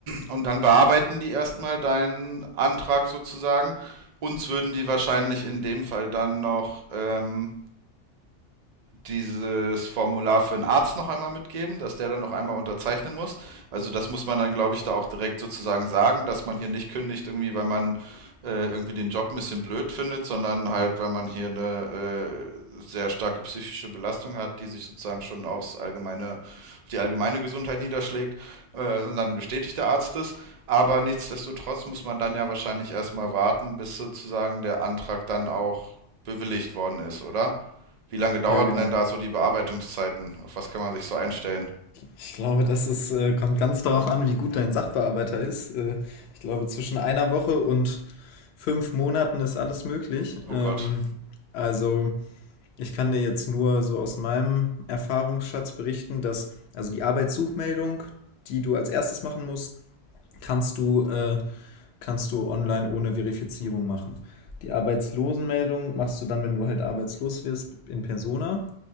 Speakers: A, on the right; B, on the left.
A: und dann bearbeiten die erstmal deinen Antrag sozusagen. Uns würden die wahrscheinlich in dem Fall dann noch ähm, dieses Formular für einen Arzt noch einmal mitgeben, dass der dann noch einmal unterzeichnen muss. Also das muss man dann, glaube ich, da auch direkt sozusagen sagen, dass man hier nicht kündigt irgendwie, weil man äh, irgendwie den Job ein bisschen blöd findet, sondern halt, weil man hier eine äh, sehr starke psychische Belastung hat, die sich sozusagen schon aufs allgemeine, auf die allgemeine Gesundheit niederschlägt. Äh, und dann bestätigt der Arzt es. Aber nichtsdestotrotz muss man dann ja wahrscheinlich erstmal warten, bis sozusagen der Antrag dann auch bewilligt worden ist, oder? Wie lange dauerten
B: Ja, genau.
A: denn da so die Bearbeitungszeiten? Auf was kann man sich so einstellen?
B: Ich glaube, das ist, äh, kommt ganz darauf an, wie gut dein Sachbearbeiter ist. Äh, ich glaube, zwischen einer Woche und fünf Monaten ist alles möglich.
A: Oh
B: Ähm,
A: Gott.
B: also Ich kann dir jetzt nur so aus meinem Erfahrungsschatz berichten, dass also die Arbeitssuchmeldung, die du als erstes machen musst, kannst du, äh, kannst du online ohne Verifizierung machen. Die Arbeitslosenmeldung machst du dann, wenn du halt arbeitslos wirst, in Persona.